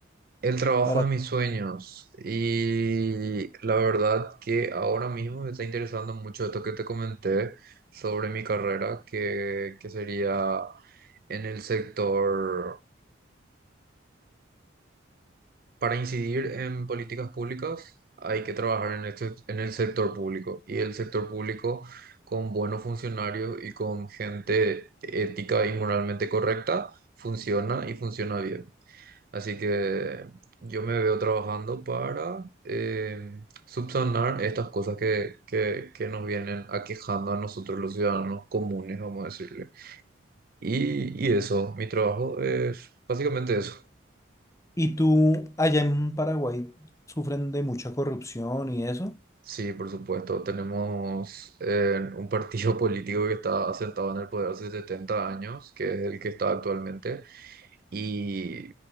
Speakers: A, on the right; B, on the left.
A: El trabajo
B: para...
A: de mis sueños. Y la verdad que ahora mismo me está interesando mucho esto que te comenté sobre mi carrera, que, que sería en el sector, para incidir en políticas públicas, hay que trabajar en el, sec- en el sector público. Y el sector público con buenos funcionarios y con gente ética y moralmente correcta funciona y funciona bien. Así que yo me veo trabajando para eh, subsanar estas cosas que, que, que nos vienen aquejando a nosotros los ciudadanos comunes, vamos a decirle. Y, y eso, mi trabajo es básicamente eso.
B: Y tú allá en Paraguay sufren de mucha corrupción y eso.
A: Sí, por supuesto. Tenemos eh, un partido <laughs> político que está sentado en el poder hace 70 años, que es el que está actualmente, y